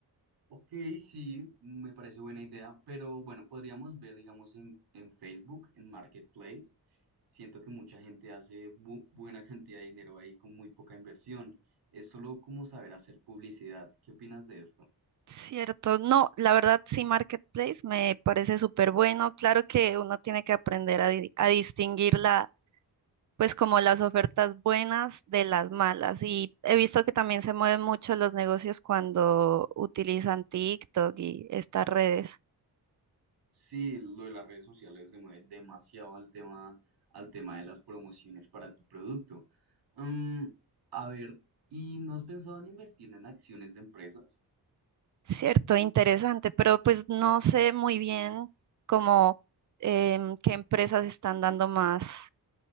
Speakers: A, on the right; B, on the right.
A: Ok, sí, me parece buena idea, pero bueno, podríamos ver, digamos, en, en Facebook, en Marketplace. Siento que mucha gente hace bu- buena cantidad de dinero ahí con muy poca inversión. Es solo como saber hacer publicidad. ¿Qué opinas de esto?
B: ¿cierto? No, la verdad sí, Marketplace me parece súper bueno. Claro que uno tiene que aprender a, di- a distinguir la, pues como las ofertas buenas de las malas. Y he visto que también se mueven mucho los negocios cuando utilizan TikTok y estas redes.
A: Sí, lo de las redes sociales se mueve demasiado al tema, al tema de las promociones para tu producto. Mm, a ver, ¿y no has pensado en invertir en acciones de empresas?
B: Cierto, interesante, pero pues no sé muy bien cómo em, qué empresas están dando más,